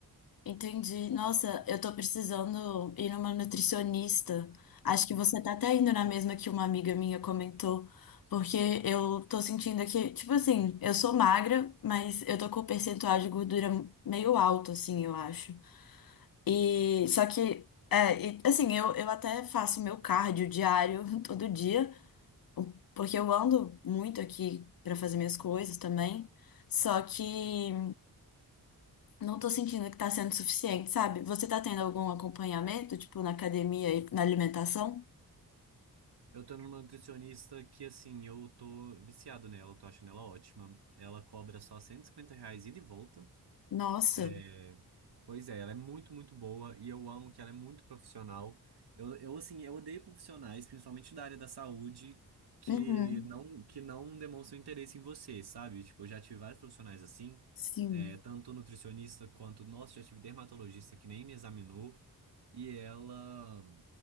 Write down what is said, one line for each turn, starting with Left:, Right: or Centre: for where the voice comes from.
Left: Entendi. Nossa, eu tô precisando ir numa nutricionista. Acho que você tá até indo na mesma que uma amiga minha comentou, porque eu tô sentindo aqui, tipo assim, eu sou magra, mas eu tô com o percentual de gordura meio alto, assim, eu acho. E só que, é, e, assim, eu, eu até faço meu cardio diário <laughs> todo dia, porque eu ando muito aqui pra fazer minhas coisas também. Só que não tô sentindo que tá sendo suficiente, sabe? Você tá tendo algum acompanhamento, tipo, na academia e na alimentação?
Right: Eu tô numa nutricionista que, assim, eu tô viciado nela, eu tô achando ela ótima. Ela cobra só 150 reais ida e volta.
Left: Nossa.
Right: É, Pois é, ela é muito, muito boa e eu amo que ela é muito profissional. Eu, eu assim, eu odeio profissionais, principalmente da área da saúde, que
Left: Uhum.
Right: não, que não demonstram interesse em você, sabe? Tipo, eu já tive vários profissionais assim,
Left: Sim.
Right: é, tanto nutricionista quanto, nossa, já tive dermatologista que nem me examinou. E ela.